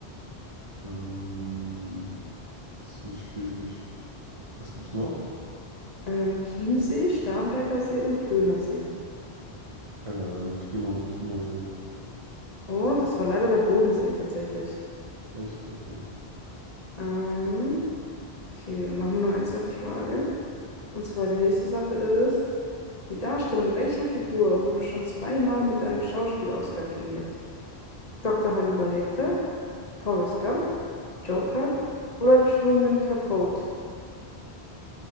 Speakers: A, on the right; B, on the left.
A: Ähm, das ist nicht schwäbisch. Was gibt's noch?
B: Ähm, Chiemsee, Starnberger See und Plöner See.
A: Keine Ahnung. Ich gehe mal mit Chiemsee.
B: Und es war leider der Bodensee tatsächlich.
A: Echt? Okay.
B: Ähm, okay, dann machen wir noch ein, zwei Fragen. Und zwar die nächste Sache ist, die Darstellung welcher Figur wurde schon zweimal mit einem Schauspiel-Oscar prämiert? Dr. Hannibal Lecter, Forrest Gump, Joker oder Truman Capote?